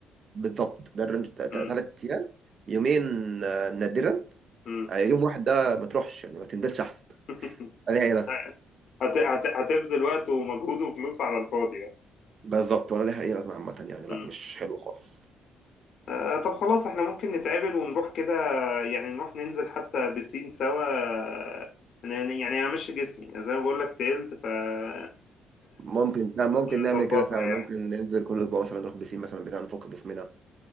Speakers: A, on the right; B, on the left.
A: بالضبط ده الرينج ثلاث
B: مم.
A: ايام يومين آه، نادرا
B: مم.
A: آه، يوم واحد ده ما تروحش يعني ما تنزلش احسن
B: <laughs>
A: لا ليها اي لازمه
B: هت- هت- هتبذل وقت ومجهود وفلوس على الفاضي
A: بالظبط ولا ليها اي لازمه عامه يعني لا
B: مم.
A: مش حلو خالص
B: آه طب خلاص احنا ممكن نتقابل ونروح كده يعني نروح ننزل حتى بسين سوا آه، أنا- يعني همشي جسمي زي ما بقول لك تقلت فخلينا
A: ممكن لا ممكن
B: نظبطها
A: نعمل كده فعلا
B: يعني
A: ممكن ننزل كل اسبوع مثلا نروح بسين مثلا بتاع نفك باسمنا